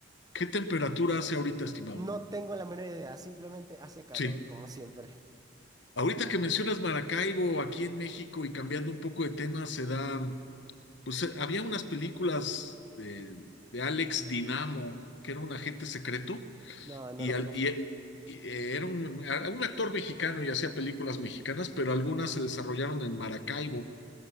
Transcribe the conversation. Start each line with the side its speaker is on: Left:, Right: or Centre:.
Left: ¿Qué temperatura hace ahorita, estimado?
Right: No tengo la menor idea. Simplemente hace calor,
Left: Sí.
Right: como siempre.
Left: Ahorita que mencionas Maracaibo, aquí en México, y cambiando un poco de tema, se da, pues eh, había unas películas de, de Alex Dinamo, que era un agente secreto,
Right: No, no
Left: y,
Right: lo
Left: al-
Right: conozco.
Left: y, eh, y, eh, era un, a- un actor mexicano y hacía películas mexicanas, pero algunas se desarrollaron en Maracaibo.